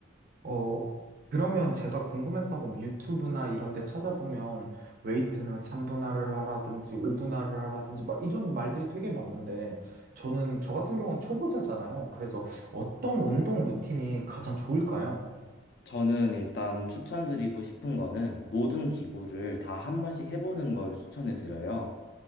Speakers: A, on the right; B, on the left.
A: 어, 그러면 제가 궁금했던 건뭐 유튜브나 이런 데 찾아보면 웨이트는 3분할을 하라든지 5분할을 하라든지 막 이런 말들이 되게 많은데 저는 저 같은 경우는 초보자잖아요. 그래서 어떤 운동 루틴이 가장 좋을까요?
B: 저는 일단 추천드리고 싶은 거는 모든 기구를 다 한 번씩 해보는 걸 추천해 드려요.